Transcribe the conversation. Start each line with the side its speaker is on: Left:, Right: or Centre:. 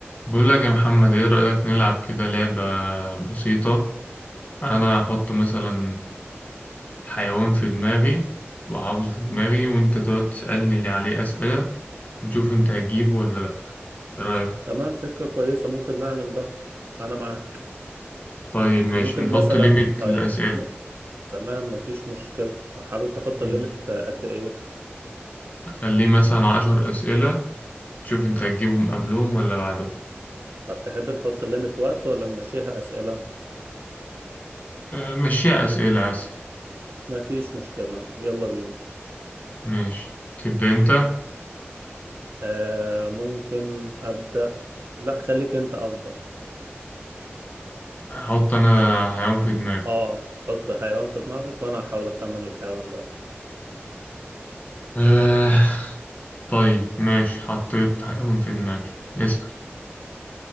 Left: بقول لك يا محمد ايه رأيك نلعب كده لعبة بسيطة انا هحط مثلا حيوان في دماغي وحافظه في دماغي وانت تقعد تسألني اللي عليه أسئلة ونشوف انت هتجيبه ولا لا ايه رأيك
Right: تمام فكرة كويسة ممكن نعمل ده أنا معاه
Left: طيب ماشي
Right: ممكن
Left: نحط
Right: مثلا
Left: ليميت
Right: طيب
Left: للأسئلة
Right: م... تمام مفيش مشكلة حابب تحط
Left: ماشي
Right: الليمت قد إيه
Left: خليه مثلا عشر أسئلة تشوف انت هتجيبهم قبلهم ولا بعدهم
Right: طب تحب نحط الليمت وقت ولا نمشيها أسئلة
Left: أه، مشيها أسئلة أسهل
Right: مفيش مشكلة يلا بينا
Left: ماشي تبدأ انت
Right: آه ممكن أبدأ لا خليك أنت أفضل
Left: احط انا حيوان في دماغي
Right: آه حط حيوان في دماغك وأنا هحاول أخمن الحيوان ده
Left: أه طيب ماشي حطيت حيوان في دماغي اسأل